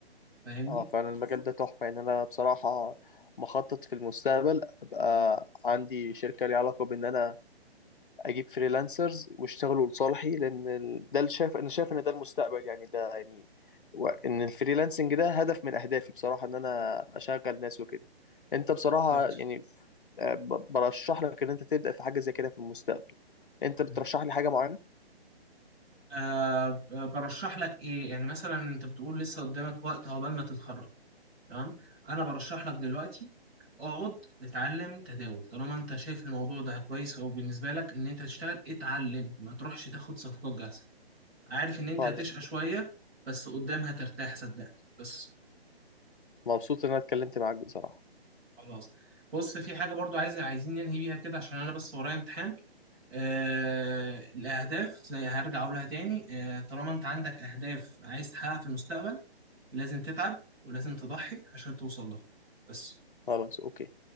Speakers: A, on the right; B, on the left.
A: فاهمني؟
B: اه فعلا المجال ده تحفة يعني أنا بصراحة مخطط في المستقبل أبقى عندي شركة ليها علاقة بإن أنا أجيب فريلانسرز واشتغلوا لصالحي لأن ال- ده اللي شايف أنا شايف إن ده المستقبل يعني ده يعني و- إن الفريلانسنج ده هدف من أهدافي بصراحة إن أنا أشغل ناس وكده أنت بصراحة
A: بالظبط
B: يعني آه، ب- برشح لك إن أنت تبدأ في حاجة زي كده في المستقبل أنت
A: مم.
B: بترشح لي حاجة معينة؟
A: أه برشح لك إيه يعني مثلا أنت بتقول لسه قدامك وقت عقبال ما تتخرج تمام؟ أنا برشح لك دلوقتي اقعد اتعلم تداول طالما انت شايف الموضوع ده كويس او بالنسبه لك ان انت تشتغل اتعلم ما تروحش تاخد صفقات جاهزه عارف ان انت
B: خلاص
A: هتشقى شويه بس قدام هترتاح صدقني بس
B: مبسوط إن أنا اتكلمت معاك بصراحة
A: خلاص بص في حاجة برضو عايز عايزين ننهي بيها كده عشان أنا بس ورايا امتحان آه الأهداف زي هرجع أقولها تاني آه طالما أنت عندك أهداف عايز تحققها في المستقبل لازم تتعب ولازم تضحي عشان توصل لها بس
B: خلاص أوكي